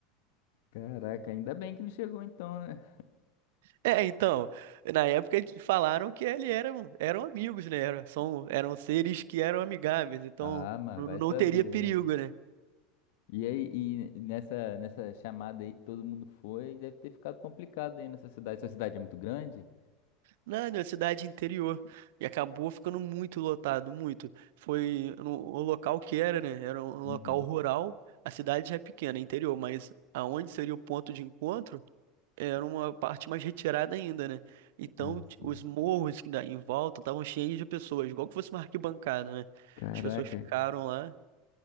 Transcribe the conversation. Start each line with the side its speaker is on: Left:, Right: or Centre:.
Left: Caraca, ainda bem que não chegou então, né?
Right: É, então, na época eles falaram que eles eram, eram amigos, né? Eram, são, eram seres que eram amigáveis, então
Left: Ah, mas
Right: não
Left: vai
Right: não
Left: saber,
Right: teria perigo,
Left: né?
Right: né?
Left: E aí, e nessa, nessa chamada aí que todo mundo foi, deve ter ficado complicado aí nessa cidade. Sua cidade é muito grande?
Right: Não, na cidade interior. E acabou ficando muito lotado, muito. Foi no, o local que era, né? Era um
Left: Uhum.
Right: local rural. A cidade já é pequena, é interior, mas aonde seria o ponto de encontro era uma parte mais retirada ainda, né? Então
Left: Ah,
Right: t-
Left: sim.
Right: os morros que dá em volta estavam cheios de pessoas, igual que fosse uma arquibancada, né?
Left: Caraca,
Right: As pessoas ficaram lá,